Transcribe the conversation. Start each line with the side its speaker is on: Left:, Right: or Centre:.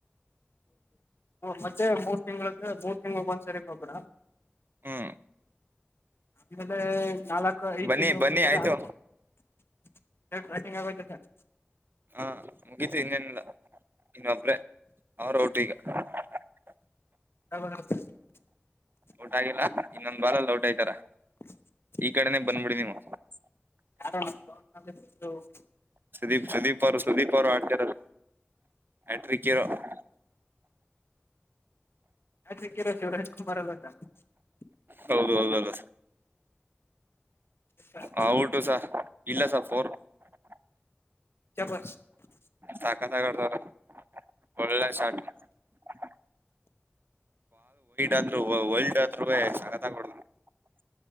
Left: ಮತ್ತೆ ಮೂರ್ ತಿಂಗಳೆ ಮೂರ್ ತಿಂಗಳ ಒಂದ್ಸರಿ ಕೊಬ್ರ
Right: ಹ್ಮ್
Left: ಆಮೇಲೆ ನಾಲ್ಕ ಐದು,
Right: ಬನ್ನಿ
Left: ತಿಂಗಳು,
Right: ಬನ್ನಿ
Left: ಒಂದ್ಸರಿ,
Right: ಆಯ್ತು
Left: ಹಾಕ್ಬೇಕು. <unintelligible> ಏನು, ಬ್ಯಾಟಿಂಗ್, ಹಾಗೂಯ್ತುಯಲ್ಲ. <inaudible>
Right: ಹಾ, ಮುಗಿತು ಇನ್ನೇನಿಲ್ಲ! ಇನ್ನೊಬ್ರೆ, ಅವರು, ಔತೆವಾಗ. <unintelligible>
Left: ಯಾವಾಗ ಬ್ಯಾಂಡ್ರಿಸೈರ್. <inaudible>
Right: ಔಟಗಿಲ್ಲ, ಇನ್ನೊಂದು, ಬಲ್ಲಾಲಿ, ಔಟ್. <unintelligible> ಸ್ನೇಹಿತರ. <inaudible>
Left: <unintelligible> <inaudible>
Right: ಈ, ಕಡೆನೆ. <inaudible> ಬಂದ್ಬಿಡಿ, ನೀವು. <inaudible>
Left: ಯಾವ್ಯಾವನು, ರೋಅಡ್ನಾಲೆ, ಬಿಧು. <inaudible>
Right: ಸುದೀಪ್, ಸುದೀಪ್, ಅವರು ಸುದೀಪ್ ಅವ್ರು ಆಡ್ತಾರ, ಆಟ್ರಿಕ್ ಇರೋ. <unintelligible>
Left: ಅಟ್ರಿಕ್, ಹೀರೋ, ಶಿವರಾಜ್ ಕುಮಾರ್, ಅಲ್ಲಕ್ಕಾ. <unintelligible>
Right: ಹೌದು, ಹೌದುಧು. <inaudible>
Left: Sir
Right: how to sir. <unintelligible> ಇಲ್ಲ, ಸರ್, ಫೋರ್. <unintelligible>
Left: ಸಭಾಷ್. <inaudible>
Right: ಸಕ್ಕತಾಗ್ತಾವ್ರೆ. <inaudible> ಒಳ್ಳೆ ಶಾರ್ಟ್. <inaudible> ಆದ್ರು ವರ್ಲ್ಡ್, ಅತ್ರವೆ. ಸಾಕಾತು.. <unintelligible> ತಾವಾಡಾದರೂ. <unintelligible>